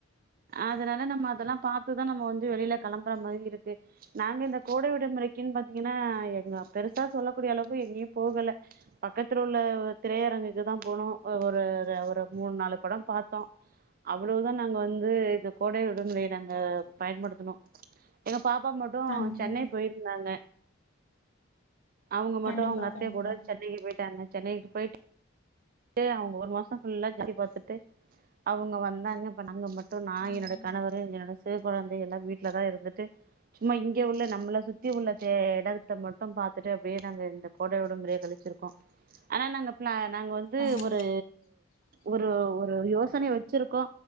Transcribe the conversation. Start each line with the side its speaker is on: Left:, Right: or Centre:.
Right: அதனால நம்ம அதெல்லா பாத்துதா நம்ம வந்து வெளியில கெளம்புற மாரி இருக்கு நாங்க இந்த கோடை விடுமுறைக்குன்னு பாத்தீங்கன்னா எங்க பெருசா சொல்லக்கூடிய அளவுக்கு எங்கேயு போகல பக்கத்துல உள்ள திரையரங்குக்கு தா போனோ ஒரு ஒரு மூணு நாலு பட பாத்தோ அவ்ளோ தா நாங்க வந் ந்து இந்த கோடை விடுமுறைய நாங்க பயன்படுத்துணோ எங்க பாப்பா மட்டு
Left: கண்டிப்பா
Right: சென்னை போய் இருந்தாங்க அவங்க மட்டு
Left: கண்டிப்பா
Right: அவங்க அத்த
Left: கண்டிப்பா
Right: கூட சென்னைக்கு போயிட்டாங்க சென்னை விட்டு போயிட் டு அவங்க ஒரு மாச ஃபுல்லா சுத்தி பாத்தட்டு அவங்க வந்தாங்க இப்ப நாங்க மட் இப்ப நா
Left: ம்
Right: என்னோட கணவர் என்னோட சிவ கொழந்தை எல்லா வீட்லதா இருந்துட்டு சும்மா இங்க உள்ள நம்மள சுத்தி உள்ள தே எடத்த மட்டு பாத்துட்டு அப்டியே தாங்க இந்த கோடை விடுமுறைய கழிச்சிருக்கோ ஆனா நாங்க பிளா நாங்க வந் து
Left: கண்டி
Right: ஒரு ஒரு ஒரு யோசன வெச்சிருக்கோ